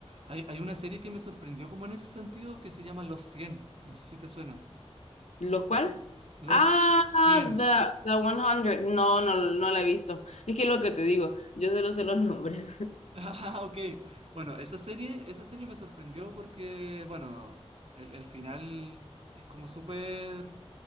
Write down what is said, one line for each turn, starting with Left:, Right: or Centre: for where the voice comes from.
Right: Hay, hay una serie que me sorprendió como en ese sentido que se llama Los cien no sé si te suena.
Left: ¿Los cuál?
Right: Los
Left: Ah,
Right: cien
Left: The, The 100. No, no, no la he visto. Es que lo que te digo, yo solo sé los nombres. <laughs>
Right: Ah, ok. Bueno, esa serie, esa serie me sorprendió porque, bueno, el, el final es como súper...